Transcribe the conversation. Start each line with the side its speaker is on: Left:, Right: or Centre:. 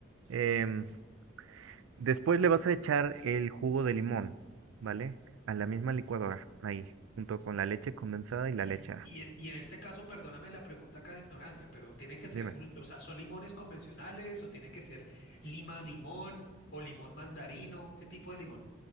Right: Em, después le vas a echar el jugo de limón, ¿vale? A la misma licuadora, ahí, junto con la leche condensada y la
Left: Y,
Right: lechera.
Left: y, en, y en este caso, perdóname la pregunta acá de ignorancia, pero tiene que ser
Right: Dime.
Left: un, o sea, ¿son limones convencionales o tiene que ser lima limón o limón mandarino? ¿Qué tipo de limón?